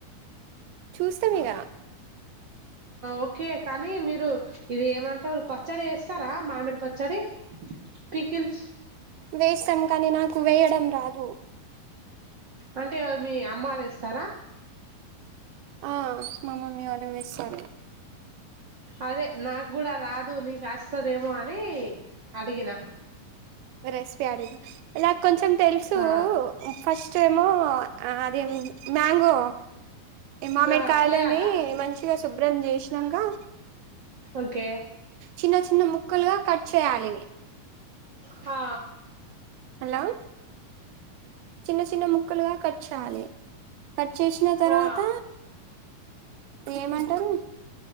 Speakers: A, on the right; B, on the right.
A: చుస్తం ఇగా
B: ఓకే కానీ మీరు ఇది ఏమంటారు పచ్చడి వేస్తారా మామిడి పచ్చడి పికిల్స్
A: వేస్తాం కానీ నాకు వేయడం రాదు
B: అంటే మీ అమ్మలుేస్త సరా
A: ఆ మమమ్మీ వాళ్ళ సవశం
B: అదే నాకు కూడా రాదు నీకు వస్తుదేమో అని అడిగిన
A: రెసిపీ ఆడిది నాకు కొంచెం తెలుసు
B: ఆ
A: ఫస్ట్ చెముో అది మ్యాంగో మామిడి
B: ఆ
A: కాయలుని
B: కోయాలా
A: మంచిగా సుబ్రంజేశష్ నింగా
B: ఓకే
A: చిన్న చిన్న ముక్కలుగా కట్ చేయాలి
B: పా
A: హలో చిన్న చిన్న ముక్కలుగా కట్ చేయాలి కట్ చేసిన తర్వాత
B: ఆ
A: ఏమంటారు